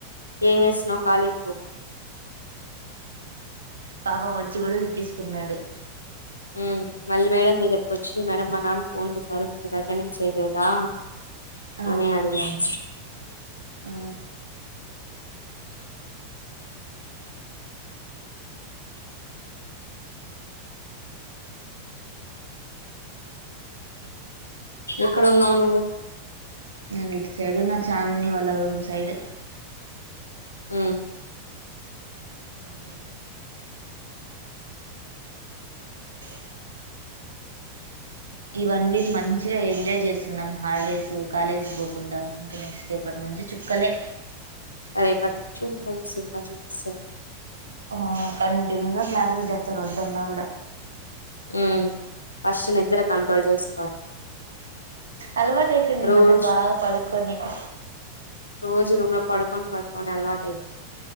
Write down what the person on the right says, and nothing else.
పాపం వచ్చి కూడా టీచ్చుకున్నాడు
ఆ
ఆ <inaudible>
న ఇంటి సైడు నా చాందని వాల్ల రూమ్ సైడు.
<inaudible> <inaudible> ఈ వన్ వీక్ మంచిగా ఎంజాయ్ చేస్తున్నాం హాలిడేస్ కాలేజ్ బోకుండా, ఇంకా నెక్స రెపటినుంచి చుక్కలే.
అమ్మో కంటిన్యూగా, క్లాసెస్ చెప్తారు వద్దన్న కూడా.
అలవాటు అయిపోంది. ఈ
మధ్య బాగా పడుకొని. <inaudible>